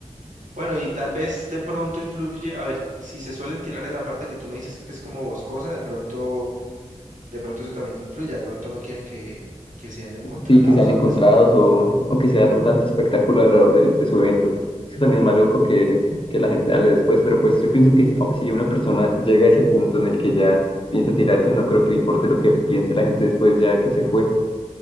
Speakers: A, on the right (about 80°); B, on the left (about 45°).
A: Bueno, y tal vez de pronto influye, a ver, si se suelen tirar en la parte que tú me dices que es como boscosa, de pronto, de pronto eso también influye, de pronto no quieren que, que sean encontrados
B: Sí, que sean encontrados
A: o algo así.
B: o, o que se arme tanto espectáculo alrededor del- de su evento. Es que también es maluco que, que la gente hable después, pero pues yo pienso que si oh, si una persona llega a ese punto en el que ya piensa tirarse, no creo que le importe lo que piense la gente después ya que se fue.